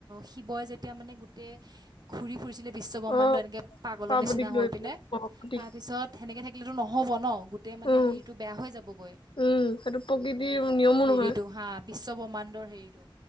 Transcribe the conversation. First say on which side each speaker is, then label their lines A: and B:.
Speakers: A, on the right (about 50°); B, on the left (about 70°).
A: শিৱই যেতিয়া মানে গো। ঘূৰি ফুৰিছিলে। বিশ্ব ব্ৰহ্মাণ্ডু
B: অ
A: এনেকে পাগলৰ
B: পাৰ্বতীক
A: নিচিনা
B: লৈ
A: হৈ
B: পেলাই
A: পিনে
B: অ প্ৰতীক
A: তাৰ পিছত সেনেকে থাকি। নহ'ব ন। গোটেই মানে
B: উম
A: হেৰিটো বেয়া হৈ যাবগৈ
B: উম সেইটো
A: কি
B: প্ৰকৃতিৰ
A: বুলি কয়
B: নিয়মো
A: হেৰিটো
B: নহয়
A: হাঁ বিশ্বব্ৰহ্মাণ্ডৰ হেৰিটো।